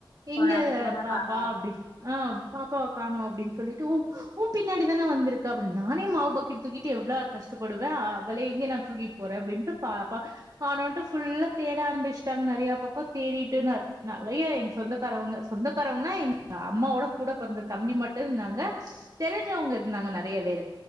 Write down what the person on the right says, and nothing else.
எங்க
பாப்பா
அப்டின் ஆ பாப்பாவ காணோ அப்படின்னு சொல்லிட்டு ஒ ஒ பின்னாடி தானே வந்திருக்கா அப்பின் நானே மாவு பாக்கெட் தூக்கிட் டு எவ்ளோ கஷ்டப்படுவே அவள எங்கே நா தூக்கிட்டு போறே அப்படின்ட்டு பாப்பா கானோன்டு ஃபுல்லா தேட ஆரம்பிச்சுட்டாங்க நெறைய பக்கா தேடிட்டுன்னாரு நெறைய எங்க சொந்த க்காரவங்க சொந்தக்காரவங்கன்னா எங்க அம்மாவோட கூட பிறந்த தம்பி மட்டு இருந்தாங்க தெரிஞ்சவங்க
இருந்தாங்க நெறைய பேரு